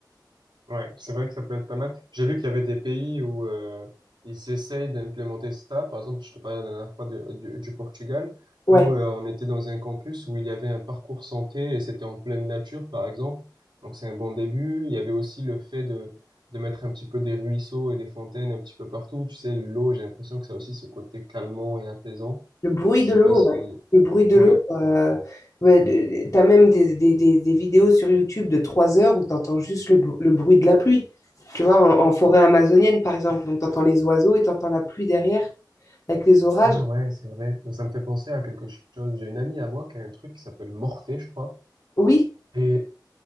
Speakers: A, on the right (about 85°); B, on the left (about 45°).
A: Ouais, c'est vrai que ça peut être pas mal. J'ai vu qu'il y avait des pays où euh, ils essayent d'implémenter ça. Par exemple, je te parlais la dernière fois de- du, du Portugal.
B: Ouais,
A: Nous, euh, on était dans un campus où il y avait un parcours santé et c'était en pleine nature, par exemple. Donc, c'est un bon début. Il y avait aussi le fait de, de mettre un petit peu des ruisseaux et des fontaines un petit peu partout. Tu sais, l'eau, j'ai l'impression que ça a aussi ce côté calmant et apaisant.
B: le bruit
A: Je
B: de
A: sais
B: l'eau,
A: pas si...
B: ouais. Le bruit de
A: Ouais.
B: l'eau. euh, ouais, de- t'as même des, des- des- des vidéos sur YouTube de 3 heures où t'entends juste le, br- le bruit de la pluie. Tu vois, en, en forêt amazonienne, par exemple. Donc, t'entends les oiseaux et t'entends la pluie derrière avec les orages.
A: Ah ouais, c'est vrai. Ça me fait penser à quelque chose. J'ai une amie à moi qui a un truc qui s'appelle Morphée, je crois.
B: Oui,
A: Et